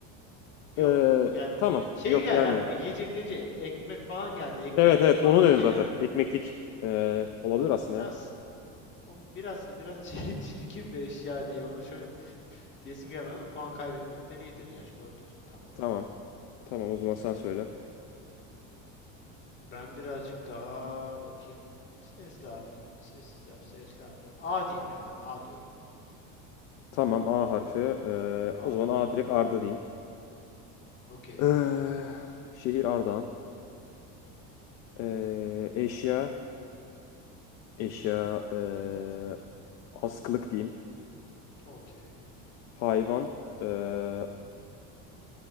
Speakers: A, on the left; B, on the left.
A: Yok,
B: Ee,
A: gelmedi.
B: tamam.
A: Şey
B: Yok
A: geldi
B: gelmedi.
A: aklıma. Yiyecek deyince ekmek falan geldi. Ekmeklik
B: Evet evet
A: falan
B: onu dedim
A: diyecek
B: zaten.
A: ama
B: Ekmeklik ee, olabilir aslında
A: az
B: ya.
A: O biraz biraz <laughs> çir- çirkin bir eşya diye onu çok diyesim gelmedi ama puan kaybetmekten iyidir gerçi doğru diyorsun tamam.
B: Tamam. Tamam o zaman sen
A: Ee,
B: söyle.
A: ben birazcık daha bakayım. Ses laf, ses laf, ses laf. yapayım. A diyeyim ya ben A diyorum.
B: Tamam A harfi. Ee,
A: A
B: o zaman
A: ile
B: A
A: ver
B: direkt Arda
A: bakalım.
B: diyeyim.
A: Okey.
B: Ee, şehir Ardahan. Ee, eşya, eşya, ee, askılık diyeyim.
A: Okey.
B: Hayvan, ee,